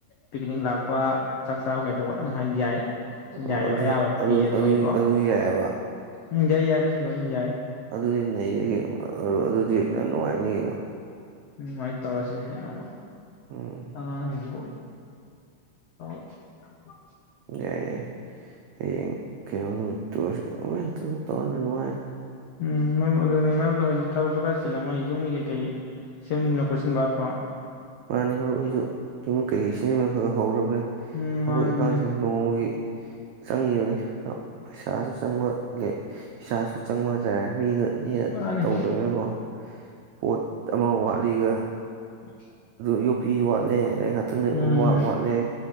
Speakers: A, on the left; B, on the right.
A: ꯄꯤꯀꯅꯤꯛ ꯂꯥꯛꯄ ꯆꯥꯛ ꯆꯥꯕ ꯀꯩꯗꯧꯕ ꯑꯗꯨꯝ ꯍꯥꯏꯟ ꯌꯥꯏ ꯌꯥꯏꯑꯕ
B: ꯑꯣ
A: ꯑꯌꯥꯕ
B: ꯑꯗꯨꯗꯤ
A: ꯄꯤꯌꯦꯕ ꯃꯣꯏꯀꯣ
B: <unintelligible> ꯑꯗꯨꯗꯤ ꯌꯥꯏꯌꯦꯕ
A: ꯎꯝ ꯌꯥꯏ ꯌꯥꯏ ꯑꯗꯁꯨ ꯂꯣꯏ ꯌꯥꯏ
B: ꯑꯗꯨꯗꯤ ꯅꯩꯔꯦ ꯀꯩꯅꯣ ꯑ ꯑꯗꯨꯗꯤ ꯌꯥꯝ ꯅꯨꯡꯉꯥꯏꯅꯤ ꯀꯩꯅꯣ
A: ꯎꯝꯃꯥꯏ ꯇꯧꯔꯁꯦ ꯀꯩꯅꯣꯃ
B: ꯎꯝ
A: ꯑ ꯑꯦꯗꯤ <unintelligible>
B: ꯌꯥꯏ ꯌꯥꯏ ꯍꯌꯦꯡ ꯀꯩꯅꯣ ꯅꯨꯃꯤꯠꯇ ꯑꯃꯨꯛ ꯍꯦꯟ ꯇꯧꯔ ꯂꯣꯏꯔꯦ ꯅꯨꯡꯉꯥꯏꯅ
A: ꯎꯝ ꯃꯔꯨꯞ ꯑꯗꯨꯅꯤ ꯃꯔꯨꯞ ꯍꯣꯏꯖꯨ ꯍꯧꯖꯤꯛ ꯊꯕꯛꯁꯨ ꯈꯔ ꯆꯤꯜꯂꯝꯒꯅꯤ ꯌꯨꯝꯒꯤ ꯀꯔꯤ ꯁꯦꯝꯖꯤꯟꯕ ꯈꯣꯠꯆꯤꯟꯕ ꯀꯣ
B: ꯃꯥꯅꯤ ꯃꯔꯨꯞ ꯑꯩꯁꯨ ꯌꯨꯝ ꯀꯩꯀꯩ ꯁꯦꯝꯖꯤꯟꯕ ꯍꯧꯔꯕꯅꯦ
A: ꯎꯝ
B: ꯊꯕꯛ
A: ꯃꯥꯅꯦ
B: ꯏꯪꯈꯥꯡꯁꯤꯡ
A: ꯑꯗꯨꯅꯤ
B: ꯅꯣꯡꯃꯒꯤ ꯆꯪꯉꯤꯕꯅꯤ ꯄꯩꯁꯥꯁꯨ ꯆꯪꯕ <unintelligible> ꯏꯁꯥꯁꯨ ꯆꯪꯕ ꯀꯩ <unintelligible> ꯃꯤꯗꯨ ꯃꯤꯅ
A: ꯃꯥꯅꯤ
B: ꯇꯧꯗꯕꯅꯤꯅꯀꯣ ꯄꯣꯠ ꯑꯃ ꯋꯥꯠ ꯑꯩꯒ
A: <inaudible>
B: ꯌꯣꯄꯤ ꯋꯥꯠꯂꯦ ꯑꯗꯩ ꯉꯥꯏꯍꯥꯛꯇꯪ ꯂꯩꯔ
A: ꯎꯝ
B: ꯎꯕꯥꯛ ꯋꯥꯠꯂꯦ